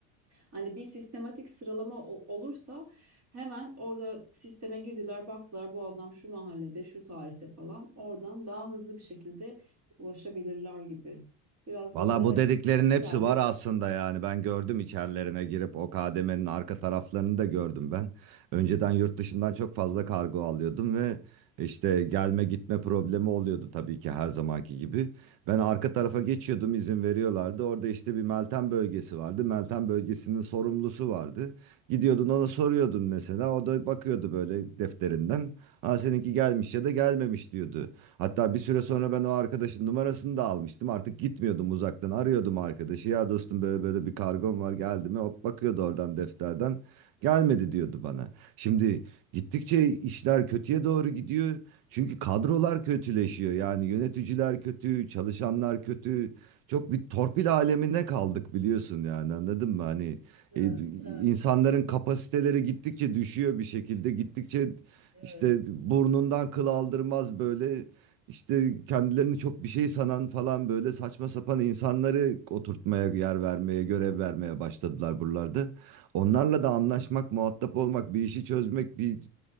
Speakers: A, on the right; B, on the right.
A: Hani bir sistematik sıralama o- olursa hemen orada sisteme girdiler baktılar bu adam şu mahallede şu tarihte falan oradan daha hızlı bir şekilde ulaşabilirler gibi. Biraz
B: Valla
A: böyle
B: bu dediklerin
A: sadece
B: hepsi var aslında yani ben gördüm içerilerine girip o kademenin arka taraflarını da gördüm ben. Önceden yurt dışından çok fazla kargo alıyordum ve işte gelme gitme problemi oluyordu tabii ki her zamanki gibi. Ben arka tarafa geçiyordum izin veriyorlardı. Orada işte bir Meltem bölgesi vardı. Meltem bölgesinin sorumlusu vardı. Gidiyordun ona soruyordun mesela. O da bakıyordu böyle defterinden. Ha seninki gelmiş ya da gelmemiş diyordu. Hatta bir süre sonra ben o arkadaşın numarasını da almıştım. Artık gitmiyordum uzaktan arıyordum arkadaşı. Ya dostum böyle böyle bir kargom var geldi mi? Hop bakıyordu oradan defterden gelmedi diyordu bana. Şimdi gittikçe işler kötüye doğru gidiyor. Çünkü kadrolar kötüleşiyor. Yani yöneticiler kötü, çalışanlar kötü. Çok bir torpil alemine kaldık biliyorsun yani anladın mı? Hani
A: Evet,
B: e,
A: evet,
B: insanların kapasiteleri gittikçe düşüyor bir şekilde. Gittikçe
A: evet.
B: işte burnundan kıl aldırmaz böyle işte kendilerini çok bir şey sanan falan böyle saçma sapan insanları oturtmaya, yer vermeye, görev vermeye başladılar buralarda. Onlarla da anlaşmak, muhatap olmak, bir işi çözmek, bir,